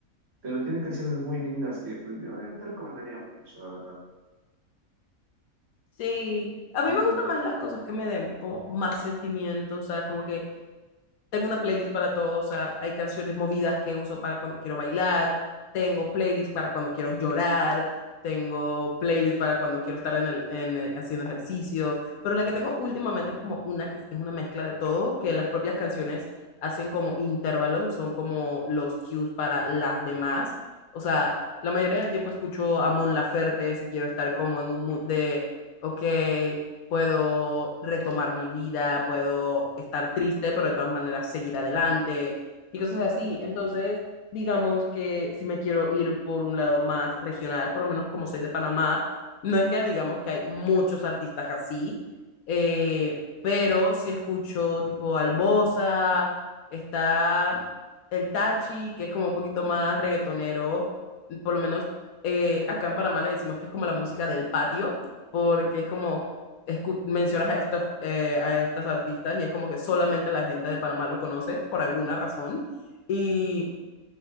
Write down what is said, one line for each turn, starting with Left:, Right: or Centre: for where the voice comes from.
Right: Pero tienen canciones muy lindas que pues yo, yo te recomendaría mucho, la verdad.
Left: Sí, a mí
Right: No.
Left: me gustan más las cosas que me den como más sentimiento, o sea, como que tengo una playlist para todo, o sea, hay canciones movidas que uso para cuando quiero bailar, tengo playlist para cuando quiero llorar, tengo playlist para cuando quiero estar en el, en, eh, haciendo ejercicio, pero la que tengo últimamente es como una que es una mezcla de todo, que las propias canciones hacen como intervalos, son como los cues para las demás, o sea, la mayoría del tiempo escucho a Mon Laferte si quiero estar como en un mood de, ok puedo retomar mi vida, puedo estar triste, pero de todas maneras seguir adelante y cosas así. Entonces, digamos que si me quiero ir por un lado más regional, por lo menos como soy de Panamá, no es que digamos que hay muchos artistas así, eh, pero si escucho tipo Albosa, está el Tachi, que es como un poquito más reggaetonero, por lo menos eh, acá en Panamá le decimos que es como la música del patio, porque es como escu- mencionas a estos, eh, a estas artistas y es como que solamente la gente de Panamá lo conoce por alguna razón. Y